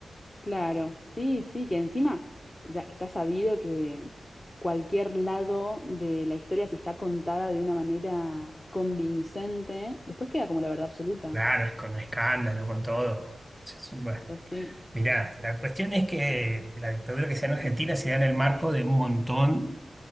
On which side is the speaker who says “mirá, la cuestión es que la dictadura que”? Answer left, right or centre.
Centre